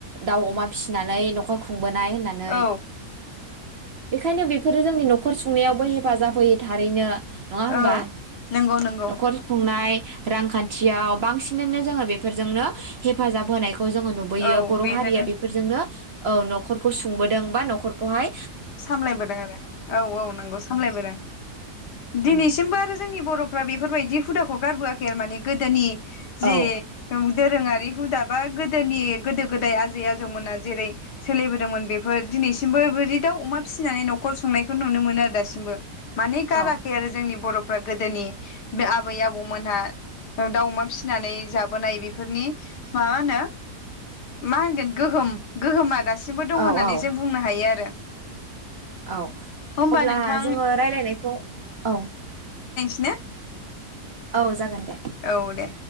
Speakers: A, on the right; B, on the left.
A: दाउ, अमा फिसिनानै नखर खुंबोनाय। नानै
B: औ
A: बेखायनो बेफोरो जोंनि नखर सुंनायावबो हेफाजाब होयो थारैनो। नङा होमबा
B: ओं नंगौ नंगौ।
A: नखर खुंनाय रांखान्थियाव बांसिनैनो जोङो बेफोरजोंनो हेफाजाब होनायखौ खौ जोङो नुबोयो
B: औ
A: बर'हारिया
B: बेजोंनो
A: बेफोरजोंनो औ नखरखौ सुंबोदों बा नखरखौहाय
B: सामलायबोदों आरो औ औ नंगौ सामलायबोदों। दिनैसिमबो
A: उम
B: आरो जोंनि बर'फ्रा बेफोरबायदि हुदाखौ गारबोआखै आरो माने गोदोनि
A: औ
B: जि औद दोरोङारि हुदा बा गोदोनि गोदो गोदाय आजै आजौमोना जेरै सोलिबोदोंमोन बेफोर दिनैसिमबो बि देव, अमा फिसिनानै नखर संनायखौ नुनो मोनो आरो दासिमबो। माने गाराखै
A: औ
B: आरो जोंनि बर' फ्रा गोदोनि आबै आबौमोनहा दाउ अमा फिसिनानै जाबोनाय बेफोरनि मा होनो मा होनगोन गोहम गोहम दासिमबो दं
A: औ
B: होननानै
A: औ
B: जों बुंनो हायो आरो।
A: औ
B: होमबा
A: अब्ला
B: नोंथां
A: जोङो राय्लायनायखौ औ
B: नो
A: औ जागोन। दे
B: औ दे